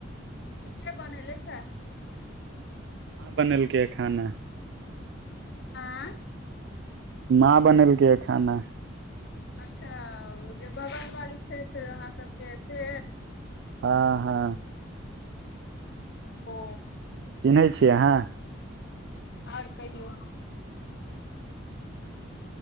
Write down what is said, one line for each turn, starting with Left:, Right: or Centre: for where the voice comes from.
Left: के बनैलथ ह?
Right: बनेलकै ह खाना।
Left: आँय?
Right: कहा बनेलकै ह खाना।
Left: अच्छा जे बगल वाली छथि अहाँ सबके से?
Right: हँ हँ
Left: ओ
Right: चिन्है छियै अहाँ?
Left: आओर कहियौ।